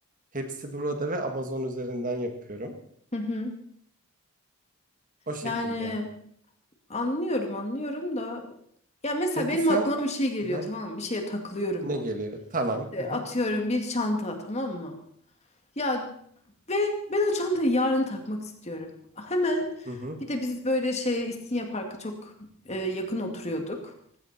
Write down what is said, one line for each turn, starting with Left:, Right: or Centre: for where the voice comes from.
Right: hepsi burada ve Amazon üzerinden yapıyorum.
Left: Hı hı.
Right: O şekilde.
Left: Yani anlıyorum anlıyorum da ya mesela
Right: Peki
Left: benim
Right: sen
Left: aklıma bir şey geliyor
Right: Hı,
Left: tamam mı? Bir şeye takılıyorum
Right: ne
Left: ben.
Right: geliyor? Tamam.
Left: İşte
Right: Hı hı.
Left: atıyorum bir çanta tamam mı? Ya ve ben o çantayı yarın takmak istiyorum. Hemen
Right: Hı hı.
Left: bir de biz böyle şey İstinye Park'a çok e, yakın oturuyorduk